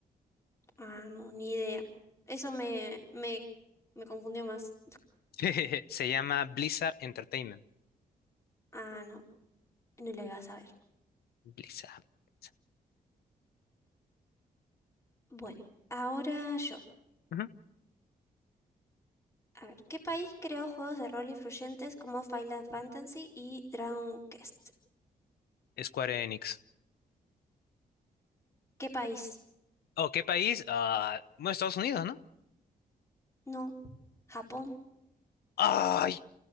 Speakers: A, on the left (about 15°); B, on the left (about 80°).
A: Ah, no, ni idea. Eso me, me, me confundió más.
B: <laughs> Se llama Blizzard Entertainment.
A: Ah, no, no lo iba a saber.
B: Blizzard. Blizzard.
A: Bueno, ahora yo.
B: Ujú.
A: A ver, ¿qué país creó juegos de rol influyentes como Final Fantasy y Dragon Quest?
B: Square Enix.
A: ¿Qué país?
B: ¿O qué país? Ah, bueno, Estados Unidos, ¿no?
A: No, Japón.
B: ¡Ay!